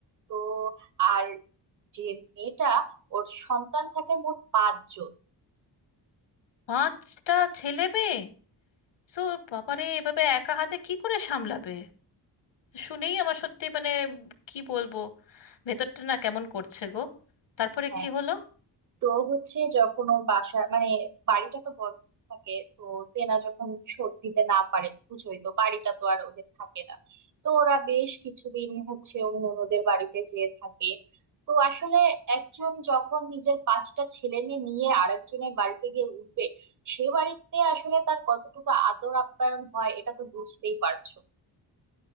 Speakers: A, on the right; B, on the left.
A: তো আর যে মেয়েটা ওর সন্তান থাকে মোট পাঁচজন
B: পাঁচটা ছেলে মেয়ে সো বাবারে এভাবে একা হাতে কি করে সামলাবে শুনেই আমার সত্যি মানে কি বলবো ভেতরটা না কেমন করছে গো তারপরে
A: হ্যাঁ
B: কি হলো
A: তো হচ্ছে যখন ওর বাসা মানে বাড়িটা তো বন্ধ থাকে তো তেনা যখন শোধ দিতে না পারে বুঝোই তো বাড়িটা তো আর ওদের থাকে না তো ওরা বেশ কিছুদিন হচ্ছে ওর ননদের বাড়িতে যেয়ে থাকে তো আসলে একজন যখন নিজের পাঁচটা ছেলে মেয়ে নিয়ে আরেকজনের বাড়িতে গিয়ে উঠবে সে বাড়িতে আসলে তার কতটুকু আদর আপ্যায়ন হয় এটা তো বুঝতেই পারছো